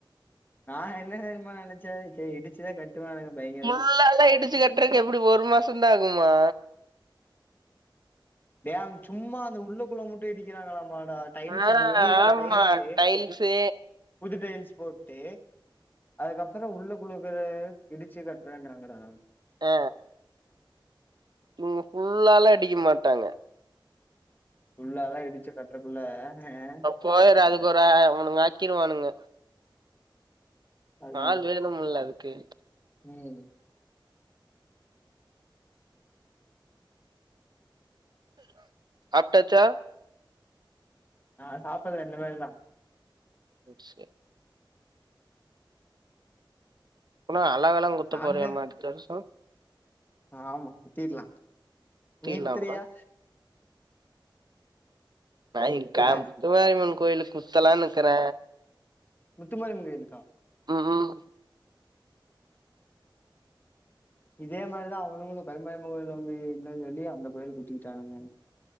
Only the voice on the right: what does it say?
முள்ளா எலா இடுச்சு கட்றக்கு எப்புடி ஒரு மாசொந்தா ஆகுமா?
ஆ
ஆமா
டைல்ஸு
ஆ இவங்க ஃபுல்லா எலா இடிக்க மாட்டாங்க.
போய்ரு அதுக்கு ஒரு அ அ இவனுங்க அக்கிருவானுங்க.
நாள் வேணும்முல்ல அதுக்கு
சாப்ட்டாச்சா
சே அப்பன்னா அலகெல்லா குத்த
போறியாம்மா அடுத்த வர்ஷோ
குத்திர்லாமா
நாயீ கா
முத்துமாரியம்மன் கோயிலுக்கு குத்தலான் இக்குற.
ம் ம்